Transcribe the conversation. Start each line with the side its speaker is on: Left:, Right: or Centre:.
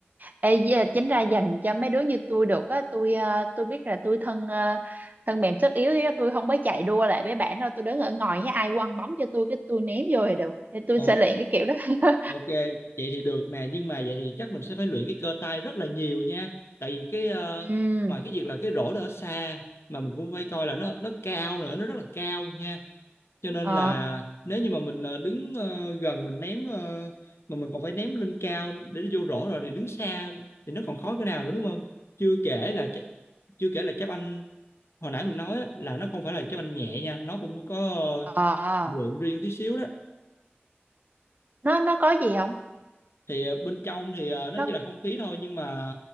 Right: ê với chính ra dành cho mấy đứa như tôi được á tôi ờ, tôi biết là tôi thân ờ, thân mềm sức yếu á, tôi không có chạy đua lại với bạn đâu tôi đứng ở ngoài với ai quăng bóng cho tôi cái tôi ném vô thì được thì tôi
Left: Ok.
Right: sẽ luyện cái kiểu đó <laughs>
Left: Ok, vậy thì được nè, nhưng mà vậy thì chắc mình sẽ phải luyện cái cơ tay rất là nhiều nha. Tại vì cái ờ,
Right: ừ
Left: ngoài cái việc là cái rổ đó ở xa mà mình cũng phải coi là nó nó cao nữa, nó rất là cao nha. Cho nên
Right: ờ
Left: là nếu như mà mình ờ, đứng ờ, gần mình ném ờ, mà mình còn phải ném lên cao để nó vô rổ rồi thì đứng xa thì nó còn khó cái nào nữa đúng không? Chưa kể là trái- chưa kể là trái banh hồi nãy mình nói á, là nó không phải là trái banh nhẹ nha, nó cũng có ờ,
Right: ờ ờ.
Left: lượng riêng tí xíu đó.
Right: nó nó có gì không
Left: thì ờ, bên trong thì ờ, nó
Right: nó
Left: chỉ là không khí thôi nhưng mà